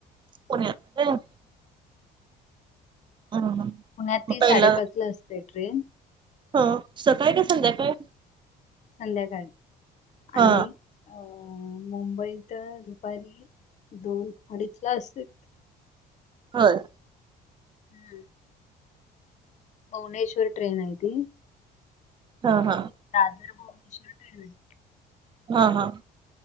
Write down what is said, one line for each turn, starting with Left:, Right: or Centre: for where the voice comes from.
Right: पुण्यातन हम्म.
Left: पुण्यात
Right: मग
Left: ती
Right: पहिला
Left: साडेपाचला असते ट्रेन.
Right: हं, सकाळी काय संध्याकाळी?
Left: संध्याकाळी.. आणि
Right: हा
Left: अ.. मुंबईत दुपारी दोन अडीचला असेल,
Right: होय,?
Left: हम्म, भुवनेश्वरी ट्रेन आहे ती?
Right: हा हा,
Left: दादर भुवनेश्वर ट्रेन.
Right: हा हा..